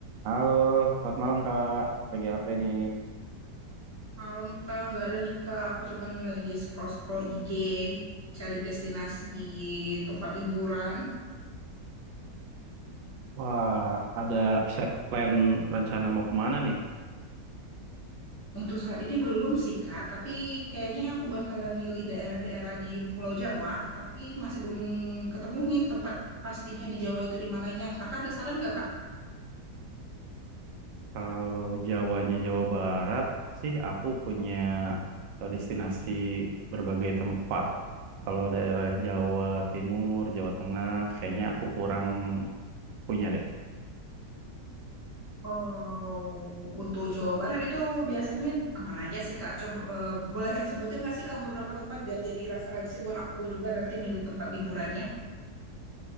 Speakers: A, on the right; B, on the left.
A: Halo, selamat malam Kak. Lagi apa ini?
B: Malam Kak, nggak ada nih Kak. Aku cuman lagi scroll-scroll IG, cari destinasi tempat liburan.
A: Wah, ada set plan rencana mau kemana nih?
B: Untuk saat ini belum sih Kak, tapi kayaknya aku bakalan milih daerah-daerah di Pulau Jawa, tapi masih belum ketemu nih tempat pastinya di Jawa itu di mananya. Kakak ada saran nggak Kak?
A: Kalau Jawanya Jawa Barat sih, aku punya eh, destinasi berbagai tempat. Kalau daerah Jawa Timur, Jawa Tengah, kayaknya aku kurang punya deh.
B: Kalau untuk Jawa Barat itu biasanya kemana aja sih Kak? Coba eh, boleh sebutin nggak sih Kak beberapa tempat biar jadi referensi buat aku juga nanti milih tempat liburannya?